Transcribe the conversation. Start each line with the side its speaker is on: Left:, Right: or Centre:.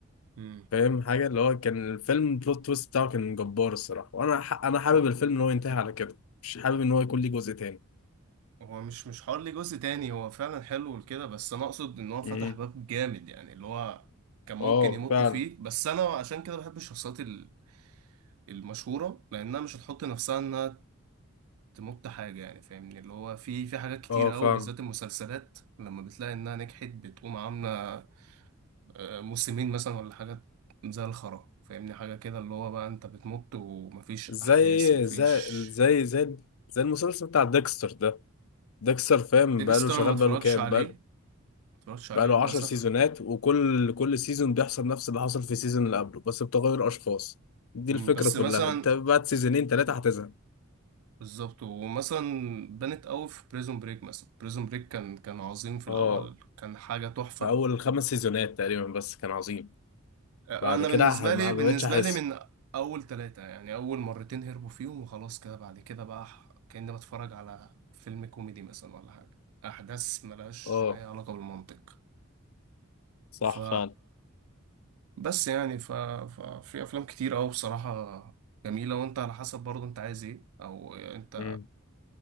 Right: امم
Left: فاهم حاجة اللي هو كان الفيلم بلوت تويست بتاعه كان جبار الصراحة وانا ح... انا حابب الفيلم ان هو ينتهي على كده مش حابب ان هو يكون ليه جزء تاني
Right: هو مش مش حوار ليه جزء تاني هو فعلا حلو لكده بس انا اقصد ان هو فتح
Left: امم
Right: باب جامد يعني اللي هو كان ممكن
Left: اه
Right: يمطوا
Left: فعلا
Right: فيه بس انا عشان كده بحب الشخصيات ال- المشهوره لانها مش هتحط نفسها انها تمط حاجة يعني فاهمني اللي هو في في حاجات كتير
Left: اه
Right: قوي
Left: فاهم
Right: بالذات المسلسلات لما بتلاقي إنها نجحت بتقوم عاملة آه، موسمين مثلا ولا حاجات زي الخرا فاهمني حاجة كده اللي هو بقى أنت بتمط ومفيش
Left: زي
Right: أحداث مفيش
Left: زي زي زي زي المسلسل بتاع ديكستر ده ديكستر فاهم
Right: ديكستر
Left: بقاله شغال
Right: ما اتفرجتش
Left: بقاله كام
Right: عليه
Left: بقاله
Right: ما اتفرجتش عليه
Left: بقاله
Right: للأسف
Left: 10 سيزونات وكل كل سيزون بيحصل نفس اللي حصل في السيزون اللي قبله بس بتغير اشخاص دي
Right: مم،
Left: الفكرة
Right: بس
Left: كلها
Right: مثلا
Left: انت بعد سيزونين ثلاثة هتزهق
Right: بالظبط ومثلا بنت قوي في بريزون بريك مثلا بريزون بريك كان كان عظيم في
Left: اه
Right: الأول كان حاجة تحفة
Left: في اول خمس سيزونات تقريبا بس كان عظيم
Right: آه،
Left: بعد
Right: انا
Left: كده
Right: بالنسبه
Left: ه- ما
Right: لي بالنسبه
Left: بقتش احس
Right: لي من اول ثلاثه يعني اول مرتين هربوا فيهم وخلاص كده بعد كده بقى ح- كاني بتفرج على فيلم كوميدي مثلا ولا حاجه احداث ملهاش
Left: اه
Right: اي علاقه بالمنطق
Left: صح
Right: ف
Left: فعلا
Right: بس يعني ف... ففي افلام كتير قوي بصراحه جميله وانت على حسب برضه انت عايز ايه او انت
Left: مم.